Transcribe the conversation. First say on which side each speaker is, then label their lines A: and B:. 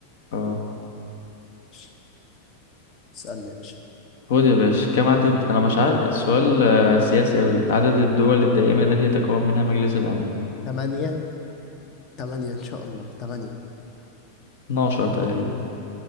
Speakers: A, on the left (about 55°); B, on the left (about 35°).
A: اه
B: ماشي. اسألني يا باشا
A: خد يا باشا كم عدد انا مش عارف السؤال آه، سياسي اوي عدد الدول الدائمة التي يتكون منها مجلس الامن
B: تمانية تمانية إن شاء الله تمانية
A: 12 تقريبا